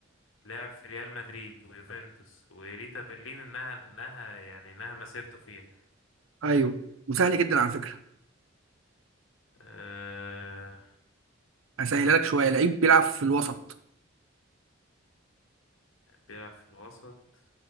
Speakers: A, on the left; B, on the right.
A: لعب في ريال مدريد ويوفنتوس وإيريتا برلين إنها إنها يعني إنها مسيرته فيها
B: ايوه وسهل جدا على فكرة
A: آه...
B: هسهلها لك شوية لعيب بيلعب في الوسط
A: بيلعب في الوسط